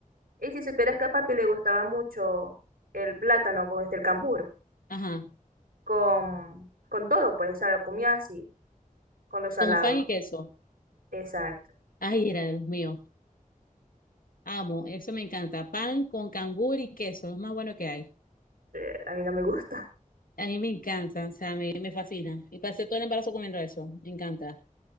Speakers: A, on the right (about 85°); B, on the left (about 80°).
A: Y si supieras que a papi le gustaba mucho el plátano con este, el cambur,
B: Ajá,
A: con, con todo, pues, o sea, lo comía así, con lo salado.
B: con pan y queso.
A: Exacto.
B: Ay, era de los míos. Amo, eso me encanta. Pan con cambur y queso, lo más bueno que hay.
A: Eh, a mí no me gusta.
B: A mí me encanta, o sea, me, me fascina. Y pasé todo el embarazo comiendo eso, me encanta.